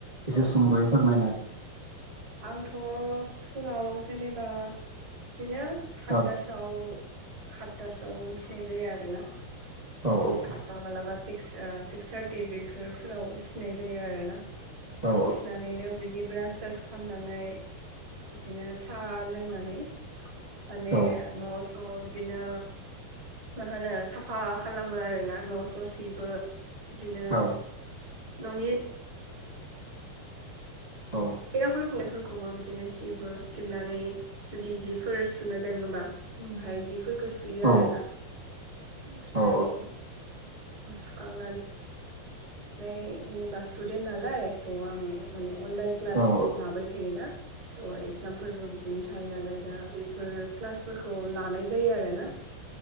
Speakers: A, on the right; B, on the right.
A: अ
B: एसे सुंद'यै
A: अ
B: फोरमायना
A: आंथ' फुङाव जेनेबा इदिनो खात
B: औ
A: टासोआव खातटासोआव उथिनाय जायो आरोना।
B: औ औ
A: खातटा मालाबा सिक्स ओ सिक्स थार्टि बेफोरफोराव उथिनाय जायो आरोना।
B: औ
A: उथिनानैनो बिदि ब्रास सास खामनानै बिदिनो साहा लोंना नै माने
B: औ
A: न' स' बिदिनो मा होनो साफा खालामो आरोना न' स' सिबो बिदिनो
B: औ
A: न'नि
B: औ
A: सेथ्लाफोरखौबो बेफोरखौबो बिदिनो सिबो सिबनानै जुदि जिफोर सुनो दोङोबा ओमफ्राय जिफोर खो सुयो
B: औ
A: आरोना ओमफ्राय
B: औ
A: सुखांना नै जेनेबा स्टुडेन्ट नालाय त' आं माने अनलाइन क्लास
B: औ
A: लाबाय थायोना त' एगजामफोरबो बिदिनो थायो नालाय दा बेफोर क्लासफोरखौ लानाय जायो आरोना।